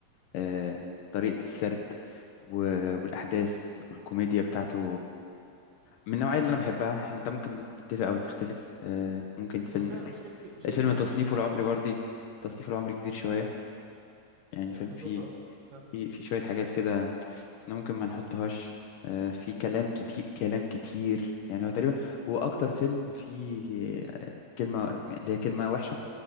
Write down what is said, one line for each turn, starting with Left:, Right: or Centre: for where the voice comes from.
Left: آه، طريقه السرد و- والاحداث والكوميديا بتاعته من النوعية اللي أنا بحبها إحنا- أنت ممكن نتفق أو نختلف آه، ممكن فيلم
Right: هو شوف أنا مشكلتي مشكلتي
Left: الفيلم
Right: معاه
Left: تصنيفه
Right: مش على
Left: العمري
Right: الفيلم
Left: برضه تصنيفه العمري كبير شوية يعني
Right: آه،
Left: فيلم
Right: بالظبط
Left: فيه
Right: اه فاهم
Left: فيه فيه شوية حاجات كده كنا ممكن ما نحطهاش آه، في كلام كتير كلام كتير يعني هو تقريبا هو أكتر فيلم فيه آه، كلمة اللي هي كلمة وحشة